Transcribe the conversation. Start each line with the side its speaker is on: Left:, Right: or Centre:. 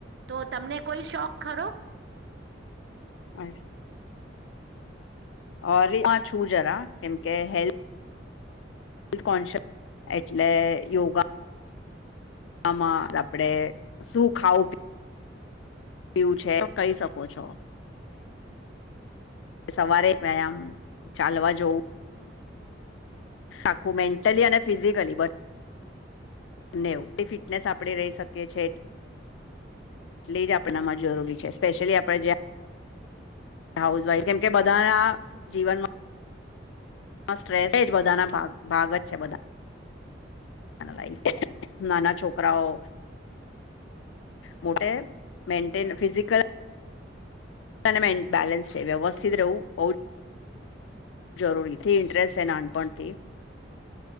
Right: તો તમને કોઈ શોખ ખરો
Left: હ ઓ <unintelligible> એમાં છું જરા કેમકે હેલ્થ હેલ્થ કોન્શિયસ એટલે યોગા આમાં આપડે શું ખાવું પી <unintelligible> છે કહી શકો છો. સવારે એક વ્યાયામ ચાલવા જવું આખું મેન્ટલી અને ફિઝિકલી બ અને ઉપઈ ફિટનેસ આપણે રહી શકીએ છે. એટલી <unintelligible> જ આપણામાં જરૂરી છે સ્પેશિયલી આપણે જ્યાં હાઉસ વાઈફ કેમ કે બધાના જીવનમાં માં સ્ટ્રેસ એ જ બધાના ભાગ જ છે બધા ના લાઈફ નાના છોકરાઓ મોટે મેન્ટેન ફિઝિકલ નમેન્ટ બ બેલેનસ વ્યવસ્થિત રવું જરૂરીથી ઇન્ટરેસ્ટ છે નાનપણથી